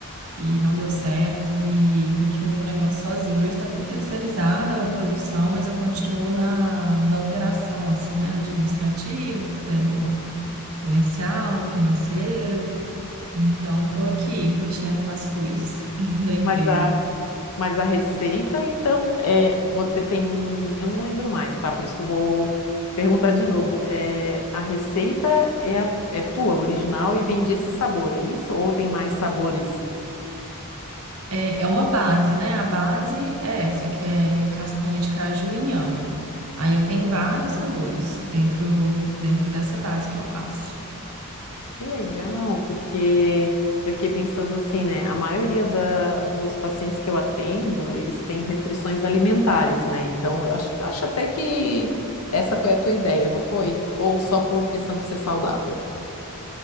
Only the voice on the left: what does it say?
Mas a, mas a receita, então, é, você tem. Eu não lembro mais, tá? Por isso que eu vou perguntar de novo. É, a receita é, a- é tua, original, e vem desse sabor, é isso? Ou tem mais sabores?
Que legal, porque eu fiquei pensando assim, né? A maioria da- dos pacientes que eu atendo, eles têm restrições alimentares, né? Então, eu acho, acho até que essa foi a tua ideia, não foi? Ou só por questão de ser saudável?